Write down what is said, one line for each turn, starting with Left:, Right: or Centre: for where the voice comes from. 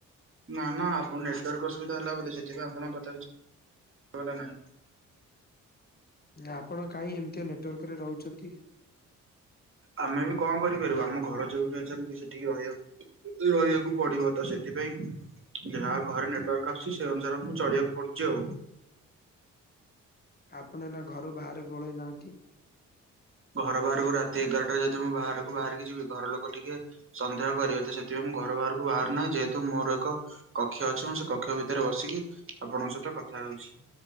Right: ନା ନା ଆପଣ ନେଟୱାର୍କ ଅସୁବିଧା ହେଲା ବୋଲି ସେଥିପାଇଁ ଆପଣଙ୍କ କଥା କିଛି ଶୁଭାଗଲା ନାହିଁ।
Left: ଆପଣ କାଇ ଏମିତିଆ ନେଟୱାର୍କରେ ରହୁଛନ୍ତି।
Right: ଆମେ ବି କଣ କରିପାରିବୁ ଆମ ଘର ଯୋଉଠି ଅଛନ୍ତି ସେଠିକି ରହିବା ରହିବାକୁ ପଡିବ ତ ସେଥିପାଇଁ ଯାହା ଘରେ ନେଟୱାର୍କ ଆସୁଛି ସେ ଅନୁସାରେ ଆମକୁ ଚଳିବାକୁ ପଡୁଛି ଆଉ।
Left: ଆପଣ ଏ ନା ଘରୁ ବାହାରେ ପଳେଇ ନାହାନ୍ତି।
Right: ଘର ବାହାରକୁ ରାତି ଏଗାରଟା ଯଦି ମୁଁ ବାହାରକୁ ବାହାରିକି ଯିବି ଘର ଲୋକ ଟିକେ ସନ୍ଦେହ କରିବେ ତ ସେଥିପାଇଁ ମୁଁ ଘର ବାହାରକୁ ବାହାରୁ ନାହିଁ ଯେହେତୁ ମୋର ଏକ କକ୍ଷ ଅଛି ମୁ ସେ କକ୍ଷ ଭିତରେ ବସିକି ଆପଣଙ୍କ ସହିତ କଥା ହଉଛି।